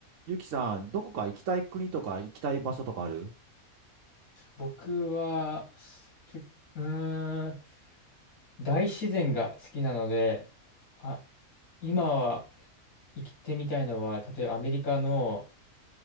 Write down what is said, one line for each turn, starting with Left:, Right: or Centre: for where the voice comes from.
Right: ゆきさん、どこか行きたい国とか行きたい場所とかある
Left: 僕は、け、うーん、大自然が好きなので、あ、今は行ってみたいのは、例えばアメリカの